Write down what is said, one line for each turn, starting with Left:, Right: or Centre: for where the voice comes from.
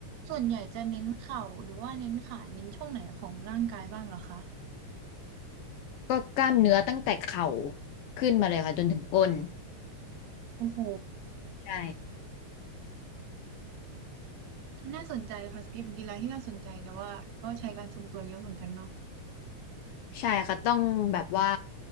Right: ส่วนใหญ่จะเน้นเข่าหรือว่าเน้นขาเน้นช่วงไหนของร่างกายบ้างเหรอคะ
Left: ก็กล้ามเนื้อตั้งแต่เข่าขึ้นมาเลยค่ะจนถึงก้น
Right: โอ้โห
Left: ใช่
Right: น่าสนใจค่ะสกีเป็นกีฬาที่น่าสนใจแต่ว่าก็ใช้การทรงตัวเยอะเหมือนกันเนาะ
Left: ใช่ค่ะต้องแบบว่า